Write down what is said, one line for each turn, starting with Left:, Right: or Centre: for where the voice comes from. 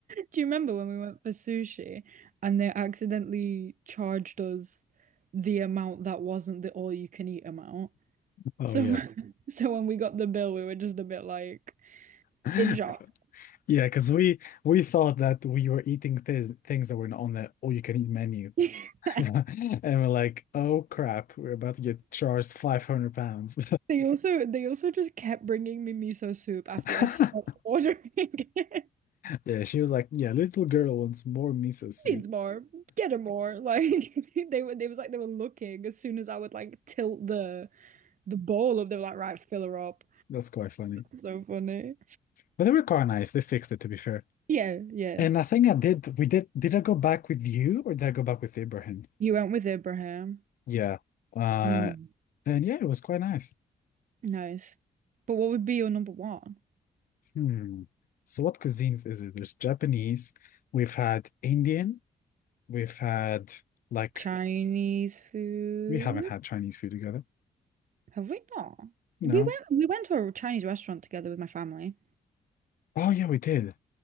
Right: Do you remember when we went for sushi and they accidentally charged us the amount that wasn't the all you can eat amount?
Left: Oh
Right: So
Left: yeah.
Right: Mhm. <laughs> so when we got the bill, we were just a bit like
Left: <laughs>
Right: in shock.
Left: Yeah, because we we thought that we were eating things things that were on the all-you-can-eat menu.
Right: <laughs>
Left: <laughs> And we're like, oh crap, we're about to get charged 500 pounds.
Right: They also they also just kept bringing me miso soup
Left: <laughs>
Right: after I stopped ordering <laughs> it.
Left: Yeah, she was like, yeah, little girl wants more miso soup.
Right: Needs more. Get her more. Like <laughs> they were they was like they were looking as soon as I would like tilt the the bowl up, they were like, right, fill her up.
Left: That's quite funny.
Right: So funny.
Left: But they were quite nice. They fixed it to be fair.
Right: Yeah, yeah.
Left: And I think I did we did did I go back with you or did I go back with Ibrahim?
Right: You went with Abraham.
Left: Yeah. Uh
Right: Mm.
Left: and yeah, it was quite nice.
Right: Nice. But what would be your number one?
Left: Hmm. So what cuisines is it? There's Japanese. We've had Indian. We've had like
Right: Chinese food?
Left: we haven't had Chinese food together.
Right: Have we not?
Left: No.
Right: We went we went to a Chinese restaurant together with my family.
Left: Oh yeah, we did.